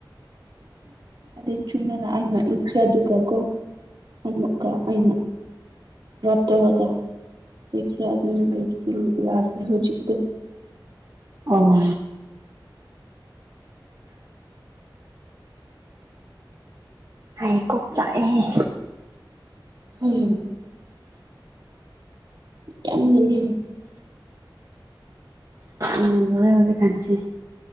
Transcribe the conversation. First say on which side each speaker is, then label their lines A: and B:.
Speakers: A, on the right (about 65°); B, on the right (about 45°).
A: <unintelligible> ꯑꯗ ꯆꯨꯝꯅ ꯏꯈꯔꯗꯨꯒ ꯀꯣ ꯑꯃꯨꯛꯒ ꯑꯩꯅ ꯔꯥꯞ ꯇꯧꯔꯒ ꯏꯈ꯭ꯔꯦ ꯑꯗꯨꯅ ꯑꯩ ꯍꯧꯖꯤꯛꯇ
B: ꯑꯣ ꯍꯥꯏ ꯀꯣꯛ ꯆꯥꯛꯑꯦꯍꯦ
A: ꯎꯝ ꯌꯥꯝ ꯂꯩꯌꯦ
B: ꯌꯥꯝ ꯂꯣꯏꯌꯦ ꯍꯧꯖꯤꯛ ꯈꯟꯁꯦ